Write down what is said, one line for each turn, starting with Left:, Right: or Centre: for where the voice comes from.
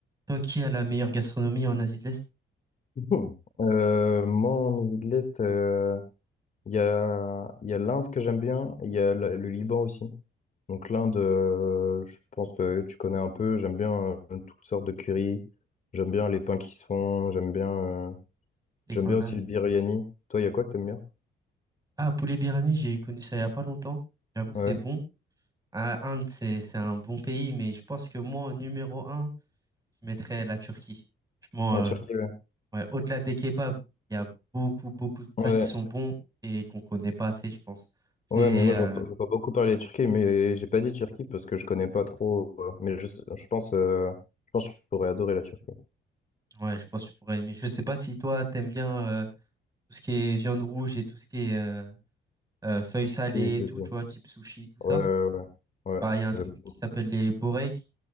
Right: Toi qui as la meilleure gastronomie en Asie de l'Est,
Left: Bon. Euh, moi, au niveau de l'Est, euh, il y a, il y a l'Inde que j'aime bien, et il y a la- le Liban aussi. Donc l'Inde, euh, je pense que tu connais un peu, j'aime bien euh, toutes sortes de curry, j'aime bien les pains qui se font, j'aime bien, euh,
Right: les
Left: j'aime
Right: pananes.
Left: bien aussi le biryani. Toi, il y a quoi que t'aimes bien?
Right: Ah, poulet birani. j'ai connu ça il y a pas longtemps. J'avoue, c'est
Left: Ouais.
Right: bon. Ah, Inde, c'est c'est un bon pays, mais je pense que moi, en numéro un, je mettrais la Turquie. Franchement,
Left: La
Right: euh,
Left: Turquie, ouais.
Right: ouais, au-delà des kebabs, il y a beaucoup, beaucoup de plats
Left: Ouais,
Right: qui sont bons et qu'on connaît pas assez, je pense. C'est,
Left: ouais, mais moi
Right: euh,
Left: j'entends j'entends beaucoup parler de Turquie, mais j'ai pas dit Turquie parce que je connais pas trop. euh, mais je, sais- je pense, euh, je pense que je pourrais adorer la Turquie.
Right: ouais, je pense que tu pourrais aimer. Je sais pas si toi, t'aimes bien euh, tout ce qui est viande rouge et tout ce qui est euh, euh, feuilles salées
Left: Si, si,
Right: et tout,
Left: si.
Right: tu
Left: Ouais,
Right: vois, type sushi, tout ça.
Left: ouais, ouais. Ouais,
Right: Bah, il y a un truc
Left: j'aime.
Right: qui s'appelle les boreks